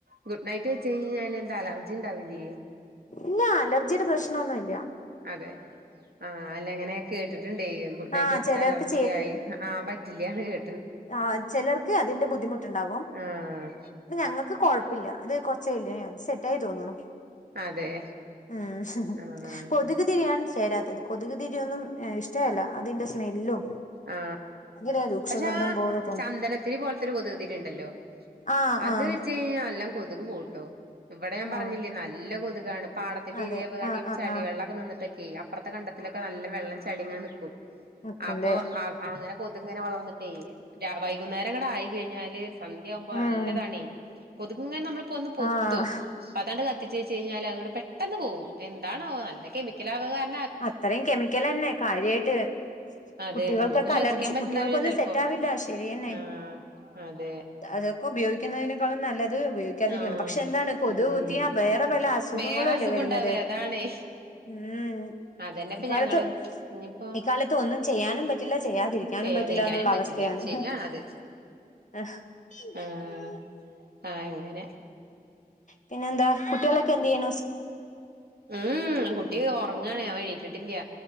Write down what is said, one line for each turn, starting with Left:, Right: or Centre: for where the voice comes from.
Right: ഗുഡ് നൈറ്റ് വെച്ച് കഴിഞ്ഞാല് എന്താ അലർജി ഉണ്ടാവില്ലേ
Left: ഇല്ല അലർജിയുടെ പ്രശ്നം ഒന്നും ഇ
Right: അതെ ആ അല്ല അങ്ങനെയക്കെ കേ ട്ടിണ്ടേ ഗുഡ് നൈറ്റ്
Left: ആഹ്
Right: വെച്ചിട്ട്
Left: ചിലർക്ക്
Right: അലർജി ആയി ആഹ് പറ്റില്ലാന്ന് കേ
Left: ആ ചിലർക്ക് അതിന്റെ ബുദ്ധിമുട്ടുണ്ടാവും
Right: ആഹ്
Left: ന്നെ ഞങ്ങൾക്ക് കൊഴ പ്പില്ല അത് കൊറച്ചായില്ലേ സെറ്റ് ആയി തോന്നോണം
Right: അതെ
Left: ഉം
Right: ആഹ്
Left: കൊതുക് തിരിയാണ് ചേരാ കൊതുക് തിരിയൊന്നും ഇഷ്ടവല്ല അതിന്റെ സ്മെല്ലും
Right: ആ
Left: ഭയങ്കര രൂക്ഷഗന്ധം
Right: പക്ഷേ ആ
Left: പോലെ തോന്നും
Right: ചന്ദനത്തിതിരി പോലത്തൊരു കൊതുകുതിരി ഉണ്ടല്ലോ
Left: ആഹ്
Right: അത്
Left: ആഹ്
Right: വെച്ച് കഴിഞ്ഞാൽ നല്ലാം കൊതുക് പോവൂട്ടോ ഇവിടെ ഞാൻ
Left: ആഹ്
Right: പറഞ്ഞില്ലേ നല്ല കൊതുകാണ് പാടത്തിന്റെ
Left: അതെ
Right: എരിയ ആവ തന്നെയും
Left: ആഹ് ആഹ്
Right: ചളി
Left: ആഹ്
Right: വെള്ളമക്കെ നിന്നിട്ടൊക്കെയും അപ്പുറത്തെ കണ്ടത്തിലൊക്കെ നല്ല വെള്ളം ചളിങ്ങെ നിൽക്കും
Left: ഒക്കവെ
Right: ഇപ്പൊ അ അങ്ങനെ കൊതു ഇങ്ങനെ വളർന്നിട്ടേ വൈകുന്നേരം അങ്ങടെ ആയി കഴിഞ്ഞാല് സന്ധ്യയാവുമ്പോ
Left: ഉം
Right: നല്ലതാണേ കൊതുകിങ്ങനെ നമ്മളെ ഇപ്പ ഒന്ന് പൊത്തും
Left: ആഹ്
Right: പ അതാണ്ട് കത്തിച്ച് വെച്ച് കഴിഞ്ഞാൽ അങ്ങട് പെട്ടെന്ന് പോകും എന്താണോ നല്ല കെമിക്കൽകാൻ
Left: അത്രയും കെമിക്കലന്നെ കാര്യായിട്ട്
Right: അതെ
Left: കുട്ടികൾക്കൊക്കെ
Right: നമുക്ക് ശ്വസിക്കാൻ
Left: അലർജി
Right: പറ്റ്ണ്ടാവില്ല
Left: കുട്ടികൾക്കൊന്നും
Right: ചെലപ്പോ
Left: സെറ്റ് ആവില്ല ശരിയന്നെ
Right: ആഹ് അതെ
Left: അതൊെ ഉപയോഗുന്നതി നെക്കാളും നല്ല അത് ഉപയോഗിക്കാതിരിക്കുകയാണ്
Right: ആഹ്
Left: പക്ഷെ എന്താണ് കൊതു
Right: ഉം
Left: കുത്തി വേറെ വല അസുഖങ്ങളുംല്ലേ
Right: വേറെ അസുഖം
Left: വരുന്നത്
Right: ഉണ്ടാവേ അതാണേ
Left: ഉം
Right: അതന്നെ ഇപ്പ
Left: ഇക്കാലത്ത്
Right: ഞങ്ങളും ഇനിയിപ്പോ
Left: ഇക്കാലത്ത് ഒന്നും ചെയ്യാനും പറ്റില്ല ചെയ്യാതിരിക്കാനും
Right: ചെയ്യാതിരിക്കാനും
Left: പറ്റില്ല എന്നുള്ള
Right: പറ്റില്ല
Left: അവസ്ഥയാണ്
Right: ശരിയാണത്
Left: ആ <unintelligible>
Right: ആഹ് ആഹ് അങ്ങനെ
Left: പിന്നെന്താ കുട്ടികളൊക്കെ എന്ത് ചെയ്യാണു
Right: ഉം കുട്ടി ഉറങ്ങാണ് എണീട്ടില്ല